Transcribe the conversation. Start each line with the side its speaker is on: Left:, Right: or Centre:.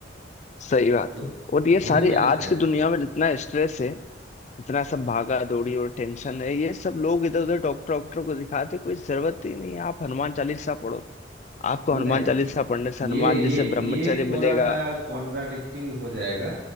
Left: सही बात
Right: तो
Left: है और ये
Right: वही
Left: सारी
Right: मैंने
Left: आज
Right: प्रयास
Left: की दुनिया में जितना स्ट्रेस है जितना सब भागा दौड़ी और टेंशन है ये सब लोग इधर उधर डॉक्टर डॉक्टर को दिखाते कोई जरूरत ही नहीं है आप हनुमान चालीसा पढ़ो आपको
Right: नहीं
Left: हनुमान चालीसा पढ़ने से हनुमान
Right: ये ये
Left: जी से ब्रह्मचर्य
Right: ये
Left: मिलेगा
Right: थोड़ा सा कॉन्ट्राडिक्टिंग हो जाएगा